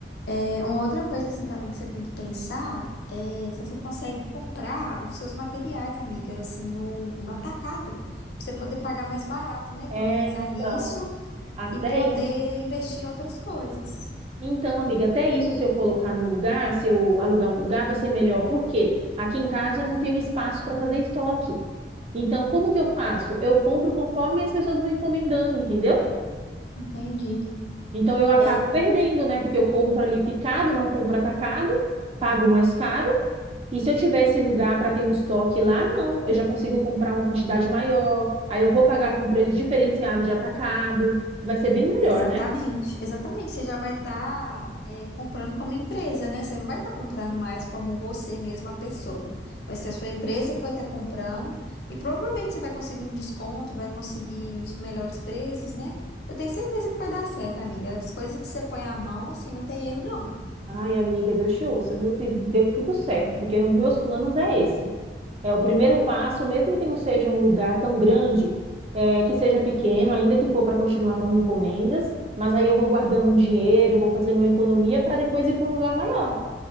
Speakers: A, on the left; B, on the right.
A: É, uma outra coisa assim também que você tem que pensar é se você consegue comprar os seus materiais, amiga, assim, no, no atacado, pra você poder pagar mais barato, né? Economizar
B: É,
A: nisso
B: então, até
A: e poder
B: isso.
A: investir em outras coisas.
B: Então, amiga, até isso, se eu colocar num lugar, se eu alugar um lugar, vai ser melhor. Por quê? Aqui em casa eu não tenho espaço para fazer estoque. Então, como que eu faço? Eu compro conforme as pessoas vão encomendando, entendeu?
A: Entendi.
B: Então, eu acabo
A: É,
B: perdendo, né? Porque eu compro ali picado, não compro atacado, pago mais caro. E se eu tivesse lugar para ter um estoque lá, não. Eu já consigo comprar uma quantidade maior. Aí eu vou pagar com preço diferenciado de atacado. Vai ser bem melhor,
A: Exatamente,
B: né?
A: exatamente. Você já vai estar comprando como empresa, né? Você não vai estar comprando mais como você mesma, a pessoa. Vai ser a sua empresa que vai estar comprando e provavelmente você vai conseguir um desconto, vai conseguir uns melhores preços, né? Eu tenho certeza que vai dar certo, amiga. As coisas que você põe a mão, assim, não tem erro, não.
B: Ai, amiga, Deus te ouça, viu? Que dê tudo certo, porque os meus planos é esse. É o primeiro passo, mesmo que não seja um lugar tão grande, é, que seja pequeno, ainda que for para continuar com as encomendas, mas aí eu vou guardando um dinheiro, vou fazendo uma economia para depois ir para um lugar maior.